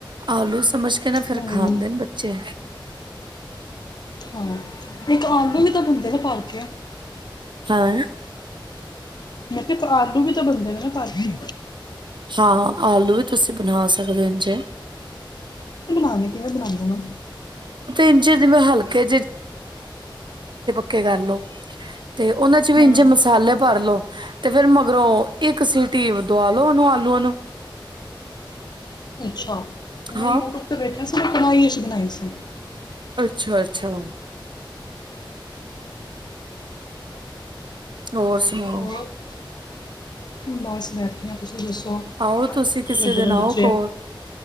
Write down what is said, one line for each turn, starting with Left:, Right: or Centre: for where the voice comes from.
Right: ਆਲੂ ਸਮਝ <unintelligible> ਨਾ ਫੇਿਰ
Left: ਹੂੰ।
Right: ਖਾਂਦੇ ਨੇ ਬੱਚੇ
Left: ਹਾਂ ਇੱਕ ਆਲੂ ਵੀ ਤਾਂ ਬੰਦੇ ਨੇ ਪਾਲ ਕੇ ਆ <unintelligible>
Right: ਹਾਂ
Left: ਮੈਂ ਕਿਹਾ ਇੱਕ ਆਲੂ ਵੀ ਤਾਂ ਬੰਦੇ ਨੇ ਨਾ ਪਾੀ
Right: ਹਾਂ ਆਲੂ ਤੁਸੀਂ ਬਣਾ ਸਕਦੇ ਇ ਜੇ
Left: ਆ ਕਿਵੇਂ ਬਣਾਉਂਦੇ ਨੂੰ
Right: ਇੰਝੇ ਜਿਵੇਂ ਹਲਕੇ ਕੇ ਗੱਲਓ <unintelligible> ਤੇ ਉਹਨਾਂ ਚ ਵੀ
Left: ਹੂੰ
Right: ਇੰਝੇ ਮਸਾਲੇ ਭਰ ਲੋ ਤੇ ਫੇਿਰ ਮਗਰੋਂ ਇੱਕ ਸੀਟੀ ਦਆ ਲਓ ਓਨੂੰ ਆਲੂਆਂ ਨੂੰ
Left: ਅੱਛਾ ਮੈਂ
Right: ਹਾਂ।
Left: ਯੂਟਿਊਬ ਤੇ ਬੈਠਿਆ ਸਾਨੂੰ ਕੜਾ ਬਣਾਈ ਸੀ
Right: ਅੱਛਾ ਅੱਛਾ ਹੋਰ ਸੁਣਾਓ
Left: ਹੋਰ ਬਸ ਬੈਠੇ ਆਂ ਤੁਸੀਂ ਦੱਸੋ
Right: ਆਓ ਤੁਸੀਂ ਕਿਸੇ
Left: ਕੀ ਕਰਦੇ
Right: ਦਿਨ ਆਓ
Left: ਬੱਚੇ
Right: ਕੋਲ